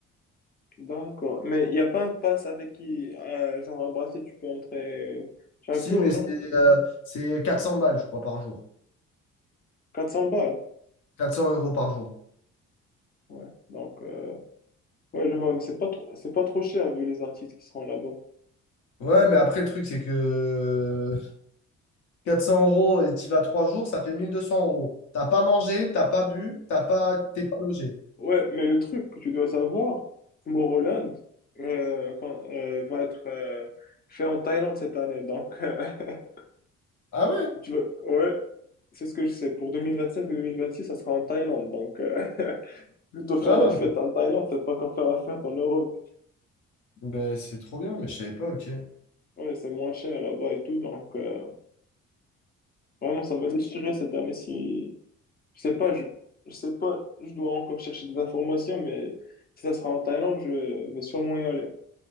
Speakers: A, on the left; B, on the left.
A: D'accord. Mais il n'y a pas un pass avec qui, un- genre un bracelet, tu peux entrer chaque
B: Si,
A: jour,
B: mais
A: non?
B: c'est euh, c'est 400 balles, je crois, par jour.
A: 400 balles.
B: 400 euros par jour.
A: Ouais. Donc, euh, ouais, je vois, mais c'est pas trop, c'est pas trop cher vu les artistes qui seront là-bas.
B: Ouais, mais après, le truc, c'est que 400 euros et tu vas trois jours, ça fait 1200 euros. T'as pas mangé, t'as pas bu, t'as pas, t'es pas logé.
A: Ouais, mais le truc que tu dois savoir, Tomorrowland euh, quand- euh, va être euh, fait en Thaïlande cette année. Donc, <laughs>
B: Ah ouais?
A: Tu veux... Ouais, c'est ce que je sais. Pour 2025 ou 2026, ça sera en Thaïlande. Donc, euh, <laughs> plutôt faire
B: Ah
A: la
B: ouais.
A: fête en Thaïlande, c'est pas qu'en faire la fête en Europe.
B: Ben, c'est trop bien, mais je savais pas, ok.
A: Ouais, c'est moins cher là-bas et tout. Donc, euh, vraiment, ça va déchirer cette année si... Je sais pas, je... je sais pas, je dois encore chercher des informations, mais si ça sera en Thaïlande, je vais sûrement y aller.